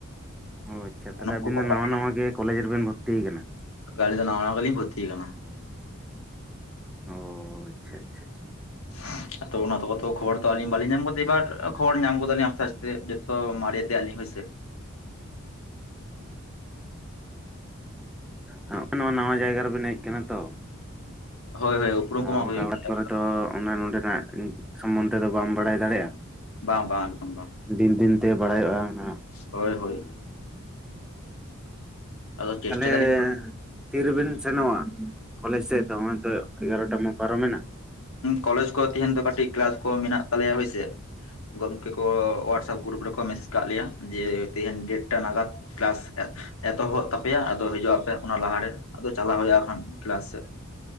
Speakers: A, in the centre; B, on the left.
A: ᱚ ᱟᱪᱪᱷᱟ ᱛᱟᱦᱚᱞᱮ
B: ᱩᱱᱠᱩ
A: ᱟᱵᱤᱱ
B: ᱠᱚ
A: ᱫᱚ ᱱᱟᱣᱟ
B: ᱵᱟᱰᱟᱭᱟ᱾
A: ᱱᱟᱣᱟ ᱜᱮ ᱠᱚᱞᱮᱡ ᱨᱮᱵᱤᱱ ᱵᱷᱚᱨᱛᱤ ᱠᱟᱱᱟ᱾
B: ᱟᱹᱞᱤᱧ ᱫᱚ ᱱᱟᱣᱟ ᱱᱟᱣᱟ ᱜᱮᱞᱤᱧ ᱵᱷᱚᱨᱛᱤ ᱟᱠᱟᱱᱟ᱾
A: ᱚ ᱟᱪᱪᱷᱟ ᱟᱪᱪᱷᱟ ᱪᱷᱟ,
B: <unintelligible> ᱛᱚ ᱚᱱᱟ ᱛᱚ ᱠᱷᱚᱵᱚᱨ ᱛᱚ ᱟᱹᱞᱤᱧ ᱵᱟᱹᱞᱤᱧ ᱧᱟᱢ ᱠᱟᱫᱟ ᱮᱵᱟᱨ ᱠᱷᱚᱵᱚᱨ ᱧᱟᱢ ᱜᱚᱫᱟᱞᱤᱧ ᱟᱥᱛᱮ ᱟᱥᱛᱮ ᱡᱚᱛᱚ ᱢᱟᱨᱮ ᱤᱫᱤᱜ ᱟᱞᱤᱧ ᱦᱚᱭ ᱥᱮ᱾
A: ᱦᱚᱸᱜ ᱱᱟᱣᱟ ᱡᱟᱭᱜᱟ ᱨᱮ ᱵᱤᱱ ᱦᱮᱡ ᱠᱟᱱᱟ ᱛᱚ᱾
B: ᱦᱳᱭ ᱦᱳᱭ, ᱩᱯᱨᱩᱢ ᱠᱚᱢᱟ
A: ᱟᱨ ᱚᱱᱠᱟ
B: ᱦᱩᱭᱩᱜ
A: ᱦᱚᱴ
B: ᱜᱮᱭᱟ
A: ᱠᱚᱨᱮ ᱛᱚ ᱚᱱᱟ ᱱᱚᱰᱮᱱᱟᱜ ᱥᱚᱢᱢᱚᱱᱫᱮ ᱫᱚ ᱵᱟᱢ ᱵᱟᱰᱟᱭ ᱫᱟᱲᱮᱭᱟᱜᱼᱟ᱾
B: ᱵᱟᱝ ᱵᱟᱝ ᱮᱠᱫᱚᱢ ᱵᱟᱝ᱾
A: ᱫᱤᱱ ᱫᱤᱱ ᱛᱮ ᱵᱟᱰᱟᱭᱚᱜᱼᱟ ᱱᱷᱟᱜ᱾
B: ᱦᱳᱭ ᱦᱳᱭ, ᱟᱫᱚ ᱪᱮᱥᱴᱟᱭ
A: ᱛᱟᱦᱞᱮ
B: ᱫᱟᱞᱤᱧ
A: ᱛᱤ ᱨᱮᱵᱤᱱ ᱥᱮᱱᱚᱜᱼᱟ ᱠᱚᱞᱮᱡ ᱥᱮᱫ ᱫᱚ ᱦᱚᱸᱜᱚᱭ ᱛᱚ ᱮᱜᱟᱨᱚᱴᱟ ᱢᱟ ᱯᱟᱨᱚᱢ ᱮᱱᱟ᱾
B: ᱠᱚᱞᱮᱡ ᱠᱚ ᱛᱟᱦᱮᱧ ᱫᱚ ᱠᱟᱹᱴᱤᱡ ᱠᱞᱟᱥ ᱠᱚ ᱢᱮᱱᱟᱜ ᱛᱟᱞᱮᱭᱟ ᱦᱳᱭ ᱥᱮ᱾ ᱜᱚᱝᱠᱮ ᱠᱚ ᱦᱳᱣᱟᱴᱥᱮᱯ ᱜᱨᱩᱯ ᱨᱮᱠᱚ ᱢᱮᱥᱮᱡ ᱠᱟᱜ ᱞᱮᱭᱟ ᱡᱮ ᱛᱮᱦᱮᱧ ᱰᱮᱴᱴᱟ ᱱᱟᱜᱟᱛ ᱠᱮᱞᱟᱥ ᱮ ᱮᱛᱚᱦᱚᱵ ᱛᱟᱯᱮᱭᱟ ᱟᱫᱚ ᱦᱤᱡᱩᱜ ᱟᱯᱮ ᱚᱱᱟ ᱞᱟᱦᱟ ᱨᱮ ᱟᱫᱚ ᱪᱟᱞᱟᱣ ᱦᱩᱭᱩᱜᱼᱟ ᱠᱷᱟᱱ ᱠᱮᱞᱟᱥ ᱥᱮᱫᱼᱼ